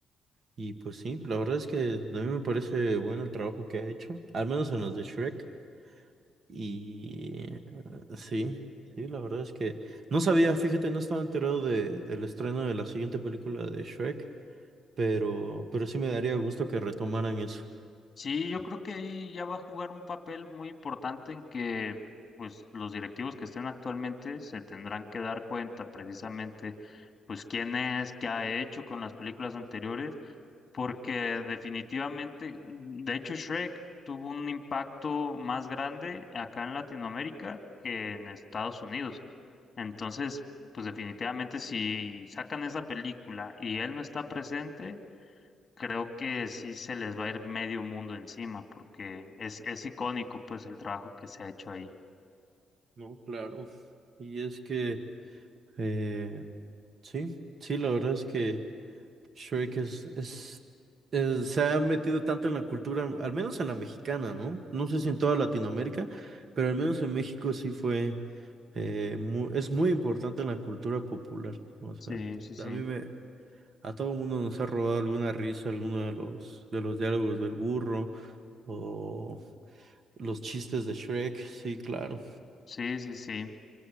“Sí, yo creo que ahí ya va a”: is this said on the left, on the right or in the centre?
Left